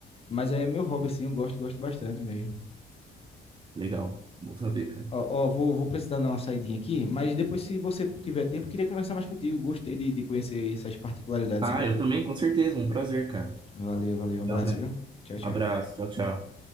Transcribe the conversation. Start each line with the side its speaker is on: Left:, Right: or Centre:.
Left: mas é meu hobby, assim, eu gosto, gosto bastante mesmo.
Right: Legal. Bom saber, cara.
Left: Ó, ó, vou, vou precisar dar uma saidinha aqui, mas depois, se você tiver tempo, queria conversar mais contigo. Gostei de, de conhecer essas particularidades
Right: Ah,
Left: sobre o
Right: eu
Left: tua
Right: também, com certeza. Um prazer, cara.
Left: Valeu, valeu, um abraço,
Right: Legal mesmo.
Left: viu? Tchau, tchau.
Right: Abraço. Tchau, tchau.